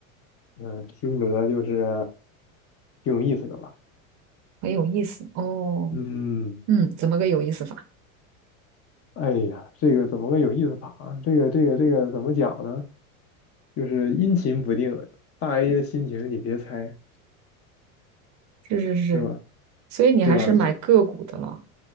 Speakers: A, on the left; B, on the right.
A: 嗯，听得就是挺有意思的吧？
B: 很有意思哦。
A: 嗯，
B: 嗯，怎么个有意思法？
A: 哎呀，这个怎么个有意思法啊？这个这个这个怎么讲呢？就是阴晴不定的，大 A 的心情你别猜
B: 是是是，
A: 是吧？
B: 所以你还是买个股的了。
A: 对吧？就